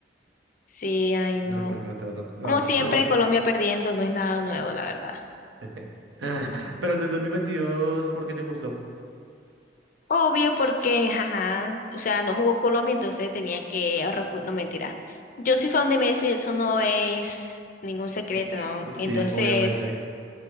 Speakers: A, on the left (about 45°); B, on the right (about 85°).
A: Sí, ay,
B: Nos
A: no.
B: sacó Inglaterra. No,
A: Como siempre,
B: no.
A: Colombia perdiendo no es nada nuevo, la verdad.
B: <laughs> Pero el del dos mil veintidós ¿por qué te gustó?
A: Obvio porque, ajá, o sea, no jugó Colombia, entonces tenía que refu- No, mentira. Yo soy fan de Messi, eso no es ningún secreto,
B: Eh,
A: ¿no?
B: Sí,
A: Entonces,
B: obviamente.